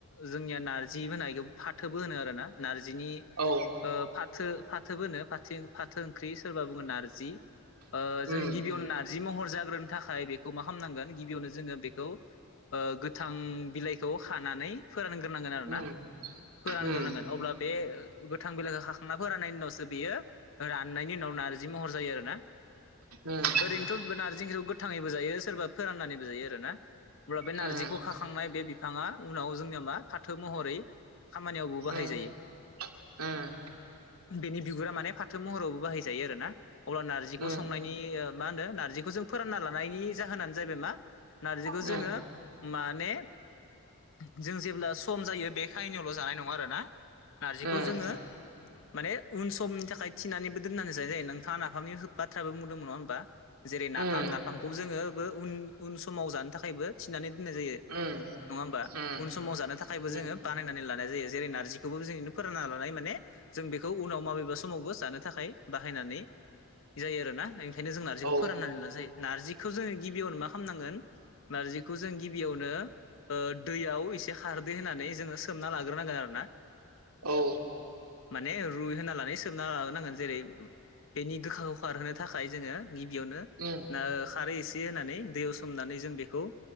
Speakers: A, on the left; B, on the right.
A: जोंनिया नारजि होननायखौ फाथो बो होनो आरोना नारजि जिनि
B: औ
A: ओ फाथो फाथोबो होनो फाथो फाथो ओंख्रि सोरबा बुङो नारजि ओ जों
B: उम
A: गिबियावनो नारजि महर जाग्रोनो थाखाय खाय बेखौ मा खालामामनांगोन गिबियावनो जोङो बेखौ ओ गोथां बिलाइखौ खानानै फोरानग्रोनांगोन आरो
B: उम
A: ना फोरानग्रोनांगोन
B: उम
A: अब्ला बे गोथां बिलाइखौ खाखांना फोराननायनि उनावसो बेयो राननायनि उनाव नारजि महर जायो आरो ना
B: उम
A: ओरैनोथ नारजि ओंख्रिखौ गोथ थाङैबो जायो सोरबा फोराननानैबो जायो आरो ना अब्ला बे नारजिखौ
B: उम
A: खाखांनाय बे बिफाङा उनाव जोंनिया मा फाथो महरै खामानियावबो बाहायजायो
B: उम उम
A: बेनि बिगुरा माने फाथो महराव बाहायजायो आरो ना अब्ला नारजिखौ
B: उम
A: संनायनि ओ मा होनो नारजिखौ जों फोरानना लानायनि जाहोनानो जाहैबाय मा नारजिखौ
B: उम
A: जोङो माने <unintelligible> जों जेब्ला सम जायो बेखायनो जानायनो सङो आरो ना नारजिखौ
B: उम
A: जोङो माने उन समनि थाखाय थिनानैबो दोननानै जाजायो नोंथाङा ना फामनि बाथ्राबो बुंदोंमोन नङा होनबा जेरै नाफाम
B: उम
A: नाफामखौ जोङो बो उन उन‌ समाव जानो थाखायबो थिनानै नानै दोननाय जायो
B: उम
A: नङा होनबा
B: उम
A: उन समाव जानो थाखायबो
B: उम
A: जोङो बानायनानै लान नाय जायो जेरै नारजि खौबो जेरैनो फोराना लानाय माने जों बेखौ उनाव माबेबा समावबो जानो थाखाय बाहायनानै जायो आरोना इं बेखायनो जों नारजिखौ
B: औ
A: फोराननानै लाना जायो नारजिखौ जोङो गिबियावनो मा खामनांगोन नारजिखौ जों गिबियावनो ओ दैयाव एसे खारदै होनानै जोङो सोमना लाग गोरनांगोन आरो ना
B: औ
A: माने रुइमयहोना लानानै सोमना लानांगोन जेरै बेनि गोखाखौ खारहोनो थाखाय जोङो गिबियावनो
B: उम
A: ना खारै एसे टे होनानै दैयाव सोमनानै जों बेखौ